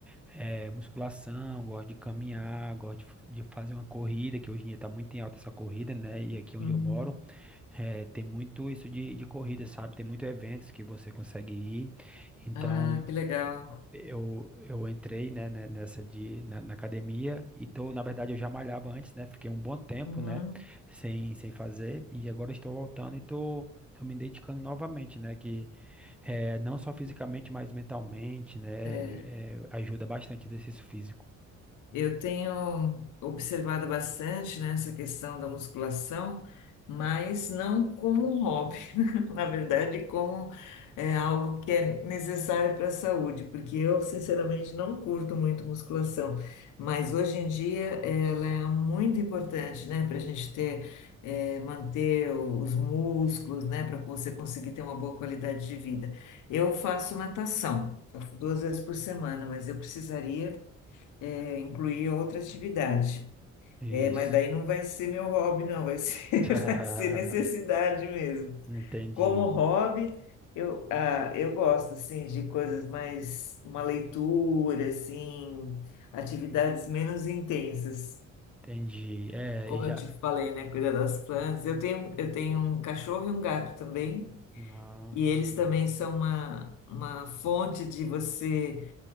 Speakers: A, in the centre; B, on the left.
A: É, musculação, gosto de caminhar, gosto de, f- de fazer uma corrida, que hoje em dia tá muito em alta essa corrida, né? E aqui onde
B: uhum.
A: eu moro, é, tem muito isso de, de corrida, sabe? Tem muitos eventos que você consegue ir. Então,
B: Ah, que legal.
A: eu, eu entrei, né, né, nessa de, na, na academia, então, na verdade, eu já malhava antes, né, fiquei um bom tempo,
B: Uhum,
A: né, sem, sem fazer, e agora estou voltando e tô, tô me dedicando novamente, né, que é, não só fisicamente, mas mentalmente, né,
B: é.
A: é, é, ajuda bastante o exercício físico.
B: Eu tenho observado bastante, né, essa questão da musculação, mas não como um hobby, <laughs> na verdade, como é, algo que é necessário para a saúde, porque eu, sinceramente, não curto muito musculação, mas hoje em dia ela é muito importante, né, para a gente ter, é, manter os músculos, né, para você conseguir ter uma boa qualidade de vida. Eu faço natação, faço duas vezes por semana, mas eu precisaria incluir outra atividade.
A: Isso.
B: É, mas daí não vai ser meu hobby, não, vai ser,
A: <laughs>
B: <laughs> vai ser necessidade mesmo.
A: Entendi,
B: Como hobby, eu, ah, eu gosto, assim, de coisas mais, uma leitura, assim, atividades menos intensas.
A: entendi. É,
B: Como
A: e já...
B: eu te falei, né, cuidar das plantas. Eu tenho, eu tenho um cachorro e um gato também,
A: Ah,
B: e eles
A: legal.
B: também são uma, uma fonte de você